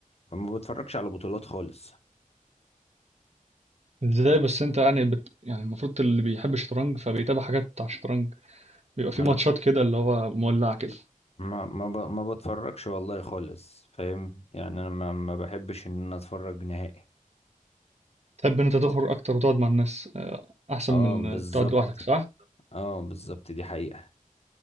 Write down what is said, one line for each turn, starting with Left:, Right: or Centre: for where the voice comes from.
Left: فما بتفرجش على بطولات خالص
Right: ازاي بس انت يعني بت... يعني المفروض اللي بيحب الشطرنج فبيتابع حاجات بتاع الشطرنج بيبقى
Left: ما
Right: في
Left: انا
Right: ماتشات كده اللي هو مولعة كده
Left: ما ما ب- ما بتفرجش والله خالص فاهم يعني انا ما ما بحبش ان انا اتفرج نهائي
Right: تحب ان انت تخرج اكتر وتقعد مع الناس آه، احسن
Left: اه
Right: من
Left: بالظبط
Right: تقعد لوحدك صح؟
Left: اه بالظبط دي حقيقه